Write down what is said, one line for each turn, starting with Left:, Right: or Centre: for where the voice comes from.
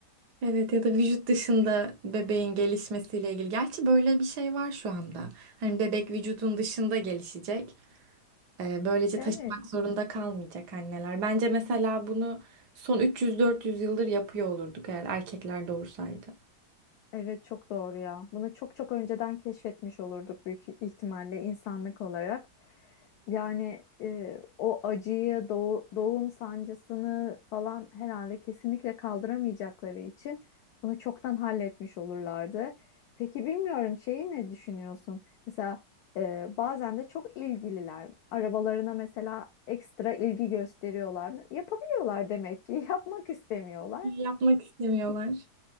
Right: Evet ya da vücut dışında bebeğin gelişmesiyle ilgili. Gerçi böyle bir şey var şu anda. Hani bebek vücudun dışında gelişecek. Ee, böylece
Left: Evet.
Right: taşımak zorunda kalmayacak anneler. Bence mesela bunu son 300-400 yıldır yapıyor olurduk eğer erkekler doğursaydı.
Left: Evet çok doğru ya. Bunu çok çok önceden keşfetmiş olurduk büyük ihtimalle insanlık olarak. Yani e, o acıyı, doğu- doğum sancısını falan herhalde kesinlikle kaldıramayacakları için bunu çoktan halletmiş olurlardı. Peki bilmiyorum şeyi ne düşünüyorsun? Mesela e, bazen de çok ilgililer. Arabalarına mesela ekstra ilgi gösteriyorlar mı? Yapabiliyorlar demek ki. <laughs> Yapmak istemiyorlar
Right: Yapmak istemiyorlar.